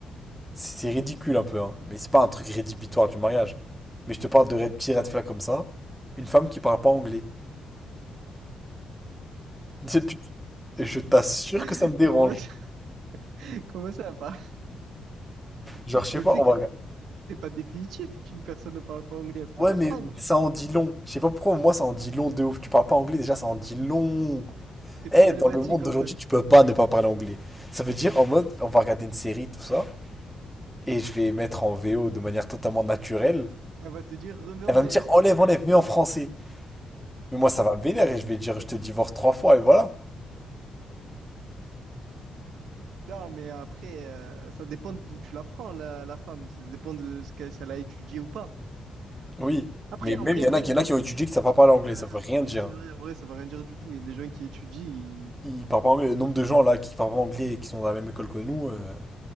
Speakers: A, in the centre; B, on the right.
A: C'est c'est ridicule un peu, hein. Mais c'est pas un truc rédhibitoire du mariage. Mais je te parle de red- petits red flags comme ça. Une femme qui parle pas anglais. <laughs> C'est plus- Et je t'assure que
B: <laughs>
A: ça me dérange.
B: Comment ça, <laughs> comment ça va?
A: Genre, je sais
B: Mais
A: pas,
B: tu sais
A: on
B: que
A: va...
B: c'est que c'est pas définitif qu'une personne ne parle pas anglais, elle peut
A: Ouais,
B: l'apprendre.
A: mais ça en dit long. Je sais pas pourquoi, moi, ça en dit long de ouf. Tu parles pas anglais, déjà, ça en dit long.
B: C'est
A: Eh,
B: problématique
A: dans le monde d'aujourd'hui,
B: en mode,
A: tu peux pas ne pas parler anglais. Ça veut dire, en mode, on va regarder une série, tout ça. et je vais mettre en VO de manière totalement naturelle,
B: elle va te dire remets en
A: elle va
B: VF.
A: me dire enlève, enlève, mets en français. Mais moi, ça va me vénère et je vais dire je te divorce trois fois et voilà.
B: Non, mais après, euh, ça dépend d'où tu la prends, la, la femme. Ça dépend de ce qu'elle, si elle a étudié ou pas.
A: Oui.
B: Après,
A: Mais même,
B: en vrai,
A: il y en
B: aujourd'hui,
A: a, il y en a qui ont étudié qui ne savent pas parler anglais,
B: ouais,
A: ça veut rien dire.
B: c'est vrai, c'est vrai, en vrai, ça veut rien dire du tout. Il y a des gens qui étudient, ils-
A: Ils parlent pas anglais. Le nombre de gens là qui parlent pas anglais et qui sont dans la même école que nous, euh,